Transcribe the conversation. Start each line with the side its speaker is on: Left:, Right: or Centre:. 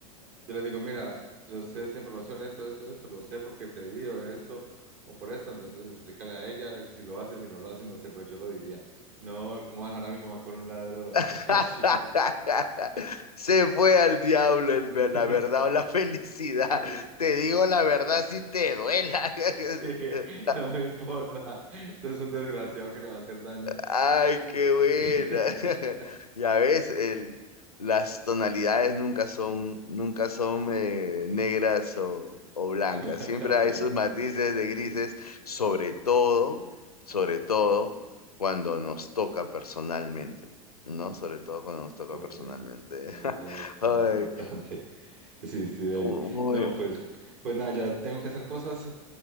Right: Yo les digo, mira, yo sé esta información, esto, esto, esto, lo sé porque te vi o esto, o por esto, entonces explícale a ella si lo hace, si no lo hace, no sé, pero yo lo diría. No, ¿cómo dejar a mi mamá con un ladrón? No,
Left: <laughs>
Right: <laughs> sí,
Left: Se fue al diablo el ver-
Right: sí,
Left: la verdad o la felicidad.
Right: sí.
Left: Te digo la verdad si te duela. <laughs>
Right: Sí, no me importa. Eso es un desgraciado que le va a hacer daño
Left: Ay, qué
Right: y
Left: buena.
Right: que <laughs>
Left: <laughs> Ya ves, el, las tonalidades nunca son, nunca son eh, negras o, o blancas.
Right: ponga
Left: Siempre
Right: casi
Left: hay sus matices de grises, sobre todo, sobre todo cuando nos toca personalmente, ¿no? Sobre todo cuando nos toca
Right: correcto.
Left: personalmente.
Right: Ahí
Left: <laughs>
Right: ya es
Left: Ay,
Right: más importante. <laughs> Sí, sí, Deli.
Left: mu- muy-
Right: No, pues, pues nada, ya tengo que hacer cosas.